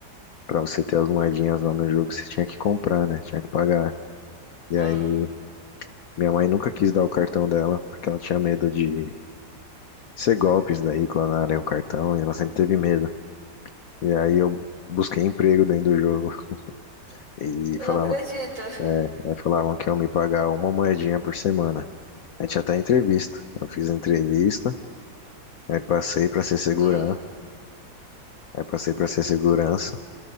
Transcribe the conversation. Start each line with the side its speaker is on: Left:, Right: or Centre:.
Left: pra você ter as moedinhas lá no jogo, você tinha que comprar, né? Tinha que pagar. E
Right: Hum.
Left: aí, minha mãe nunca quis dar o cartão dela, porque ela tinha medo de ser golpes daí, clonarem o cartão, e ela sempre teve medo. E aí eu busquei emprego dentro do jogo. E
Right: Eu
Left: falava
Right: não acredito.
Left: Aí falavam que iam me pagar uma moedinha por semana. Aí tinha até entrevista. Eu fiz a entrevista, aí passei pra ser segurança,
Right: Hum.
Left: aí passei pra ser segurança.